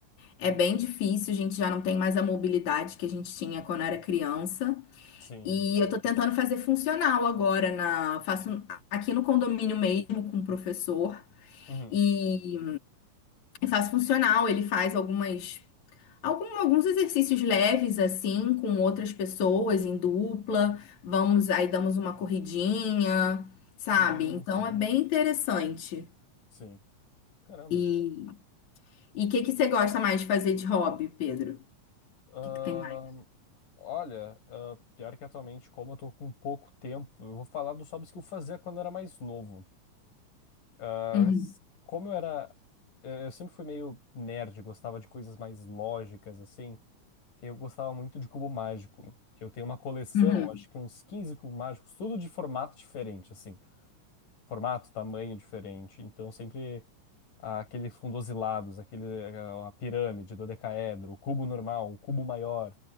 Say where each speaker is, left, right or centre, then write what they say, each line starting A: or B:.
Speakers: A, on the left; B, on the left.
A: é bem difícil, a gente já não tem mais a mobilidade que a gente tinha quando era criança.
B: Sim,
A: E
B: sim.
A: eu tô tentando fazer funcional agora na, faço aqui no condomínio mesmo com o professor
B: Uhum.
A: e faço funcional, ele faz algumas Algum- alguns exercícios leves, assim, com outras pessoas em dupla. Vamos, aí damos uma corridinha, sabe?
B: Sim,
A: Então
B: sim,
A: é bem interessante.
B: sim. Caramba.
A: E e o que que você gosta mais de fazer de hobby, Pedro? O
B: Ahn,
A: que que tem mais?
B: olha, ah, pior que atualmente, como eu tô com pouco tempo, eu vou falar dos hobbies que eu fazia quando eu era mais novo. Ah,
A: Uhum,
B: s- como eu era. Eu eu sempre fui meio nerd, gostava de coisas mais lógicas, assim. eu gostava muito de cubo mágico. Eu tenho uma coleção,
A: uhum,
B: acho que uns 15 cubos mágicos, tudo de formato diferente, assim. Formato, tamanho diferente. Então, sempre ah, aqueles fundosilados, aquele, ah, a pirâmide, dodecaedro, o cubo normal, o cubo maior,